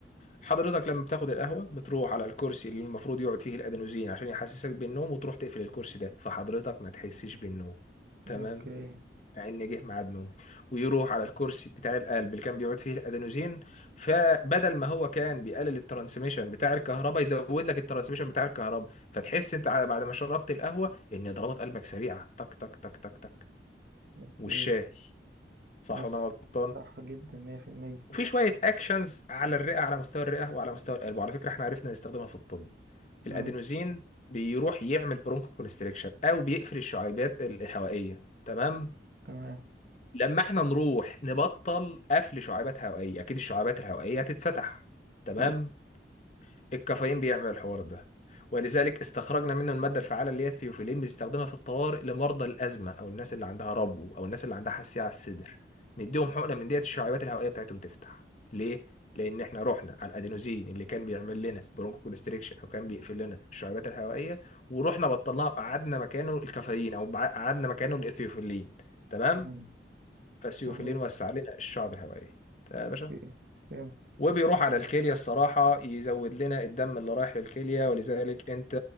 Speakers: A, on the left; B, on the right.
A: حضرتك لما بتاخد القهوة بتروح على الكرسي اللي المفروض يقعد فيه الأدينوزين عشان يحسسك بالنوم وتروح تقفل الكرسي ده فحضرتك ما تحسش بالنوم تمام
B: اوكي
A: ان جه ميعاد نومه ويروح على الكرسي بتاع القلب اللي كان بيقعد فيه الادينوزين فبدل ما هو كان بيقلل الترانسميشن بتاع الكهرباء يزود لك الترانسميشن بتاع الكهرباء فتحس انت على- بعد ما شربت القهوه ان ضربات قلبك سريعه تك تك تك تك تك
B: اوكي
A: والشاي صح
B: نفسك
A: ولا أنا غلطان
B: صح جدا مية في المية
A: وفي شويه اكشنز على الرئه على مستوى الرئه وعلى مستوى القلب وعلى فكره احنا عرفنا نستخدمها في الطب الادينوزين
B: مم.
A: بيروح يعمل برونكو كونستريكشن او بيقفل الشعيبات الهوائيه تمام
B: تمام
A: لما احنا نروح نبطل قفل شعابات هوائية اكيد الشعابات الهوائية هتتفتح تمام
B: اكيد
A: الكافيين بيعمل الحوار ده ولذلك استخرجنا منه المادة الفعالة اللي هي الثيوفيلين بنستخدمها في الطوارئ لمرضى الأزمة أو الناس اللي عندها ربو أو الناس اللي عندها حساسية على الصدر نديهم حقنة من ديت الشعابات الهوائية بتاعتهم تفتح ليه؟ لأن احنا رحنا على الأدينوزين اللي كان بيعمل لنا برونكو كونستريكشن أو كان بيقفل لنا الشعابات الهوائية ورحنا بطلناه وقعدنا مكانه الكافيين أو بع- قعدنا مكانه الإثيوفيلين تمام؟
B: مم.
A: فسيوفيلين
B: تمام
A: وسع لنا الشعب الهوائية تمام يا
B: اوكي
A: باشا
B: فهمت.
A: وبيروح على الكلية الصراحة يزود لنا الدم اللي رايح للكلية ولذلك انت